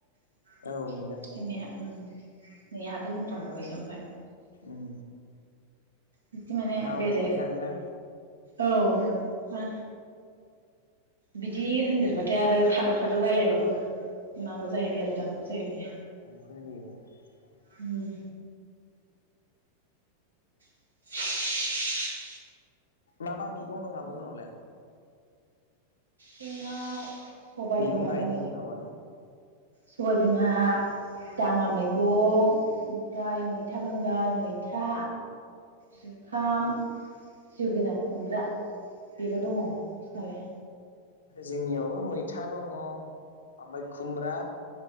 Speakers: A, on the right; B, on the left.
A: <unintelligible>
B: औ नुदों
A: उम नै आंहाबो होनफ्लां बावबायसो ओमफाय
B: उम
A: बिदि माने
B: बावदुलाय
A: बेलेग
B: लाङोना?
A: औ बिदि होनदेरबाथाय आरो थाद' थाद' रायलायबाबो माबा जाहैबाय आरो दानख' जाहैबाय
B: <unintelligible>
A: उम <unintelligible>
B: मा मा मैगं दं आ बुं होनहरलाय।
A: जोंनाव सबाय
B: मैगं
A: बिमा
B: गायनाय
A: दङ
B: जेन'बा
A: सबाय बिमा दाङा मैगं ओमफ्राय मैथा बांगाल मैथा जुखाम जोगोनार खुमब्रा। बेल' दङ नोंसिनालाय?
B: जोंनियाव मैथा दङ आमफाय खुमब्रा।